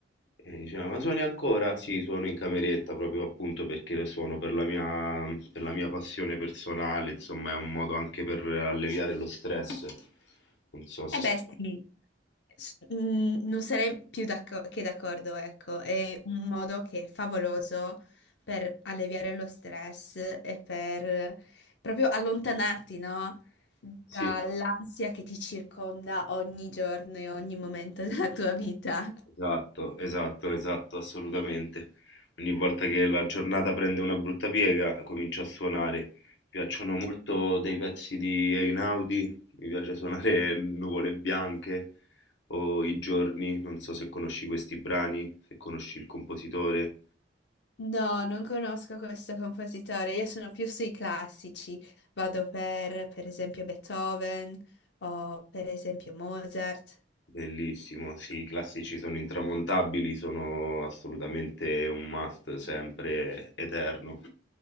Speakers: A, on the left; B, on the left.
A: e diceva ma suoni ancora? Sì, suono in cameretta proprio appunto perché lo suono per la mia, per la mia passione personale, insomma è un modo anche per alleviare lo stress. Non so se...
B: Eh beh, sì. S- mm, Non sarei più d'acco- che d'accordo, ecco, è un modo che è favoloso per alleviare lo stress e per proprio allontanarti, no? Dall'ansia
A: Sì.
B: che ti circonda ogni giorno e ogni momento <laughs> della tua vita.
A: Esatto, esatto, esatto, assolutamente. Ogni volta che la giornata prende una brutta piega, comincio a suonare. Mi piacciono molto dei pezzi di Einaudi, mi piace suonare Nuvole Bianche o I Giorni, non so se conosci questi brani, se conosci il compositore.
B: No, non conosco questo compositore, io sono più sui classici, vado per, per esempio, Beethoven o per esempio Mozart.
A: Bellissimo, sì, i classici sono intramontabili, sono assolutamente un must sempre eterno.